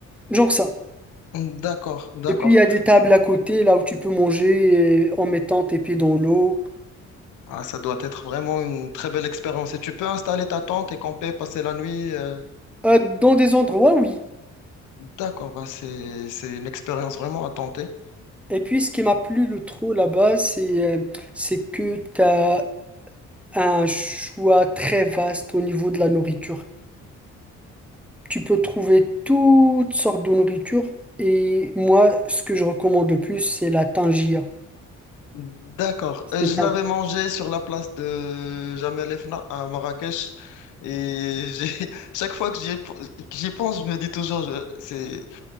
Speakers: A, in the centre; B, on the left (about 85°).
A: genre ça.
B: D'accord, d'accord.
A: Et puis il y a des tables à côté, là où tu peux manger euh, en mettant tes pieds dans l'eau.
B: Ah, ça doit être vraiment une très belle expérience. Et tu peux installer ta tente et camper, passer la nuit. euh,
A: Euh, dans des endroits, oui.
B: D'accord, bah c'est, c'est une expérience vraiment à tenter.
A: Et puis ce qui m'a plu le trop là-bas, c'est euh, c'est que t'as un choix très vaste au niveau de la nourriture. Tu peux trouver toutes sortes de nourriture et moi, ce que je recommande le plus, c'est la tangia.
B: D'accord.
A: C'est
B: Euh, Je
A: un...
B: l'avais mangé sur la place de Jamel Fna à Marrakech. Et j'ai- <laughs> chaque fois que j'y p- que j'y pense, je me dis toujours, je, c'est,